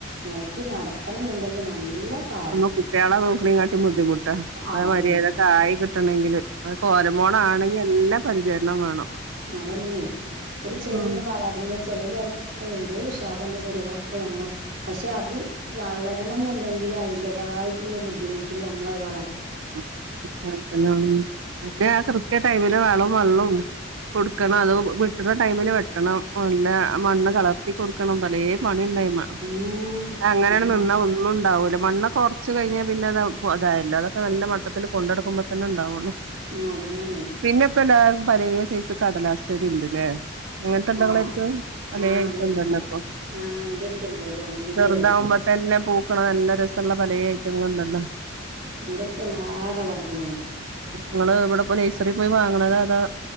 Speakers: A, on the right; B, on the right.
A: നോക്കി നടത്തണന്ന്ണ്ടെങ്കി നല്ല പാടാണ്
B: നമ്മ കുട്ട്യാളെ നോക്ക്ണേകാട്ടി ബുദ്ധിമുട്ടാ ഓന്
A: അതന്നെ
B: മര്യാദക്ക് ആയി കിട്ട് ട്ടണെങ്കിൽ ആ കോരമോളാണെകില്ലാം പരിചരണം വേണം
A: അതന്നെയാണേ ഒരു ചെടിണ്ട്
B: ഉം
A: വളർന്ന് ചെലോലറിം ഔ എന്ത് എന്തൊര് ഉഷാറാന്റെ ചെടികളൊക്കെ നമ്മൾ പക്ഷെ അത് വളരണന്ന്ണ്ടെങ്കിൽ അതിൻ്റേതായിട്ട്ള്ള ബുദ്ധിമുട്ടിൽ നമ്മളത് വളർ
B: <unintelligible> പിന്നെ ആ കൃത്യ ടൈംമില് വളും വള്ളും കൊടുക്കണ അതോ - ഇട്ട ടൈമില് വെട്ടണം നല്ല മണ്ണ് കളർത്തി കൊടുക്കണം പലേ പണിണ്ടായ്മ
A: ഉം
B: അങ്ങനെണ്
A: അന്നെ
B: നിന്നാ ഒന്നും ഉണ്ടാവു മണ്ണ് ഒക്കെ ഒറച്ച് കഴിഞ്ഞാ പിന്നെ അത തല്ലായല്ലോ നല്ല മട്ടത്തില് കൊണ്ടെടുക്ക്പോ ന്നെ ഉണ്ടാവുള്ളു
A: ഉം അതന്നേണെയ്
B: പിന്നെ ഇപ്പ എല്ലാർക്കും പലേ സെയ്സ് കടലാസ് ചെടി ഇണ്ട് ലേ അങ്ങനത്തെ ഇണ്ടോ
A: ആഹ്
B: ഇങ്ങളേര്ത്ത്? പലേ
A: ആഹ്
B: ഐറ്റണ്ടല്ലോ
A: അതുണ്ട്
B: ഇപ്പൊ
A: ആഹ് എന്റെ അടുത്തുണ്ട് ബോഗൻ വില്ലല്ലേ
B: ചെറുതാവുമ്പോത്തന്നെ പൂ ക്ക്ണ് നല്ല രസ് ള്ള പലേ ഐറ്റങ്ങള്ണ്ടല്ലോ.
A: ഇന്റെട്ത്ത് എല്ലാ കളറ്കളും ഉണ്ട്.
B: ഇങ്ങള് ഇവിടെപ്പോ നയ്സറീ പോയി വാങ്ങ്ണതാ അതാ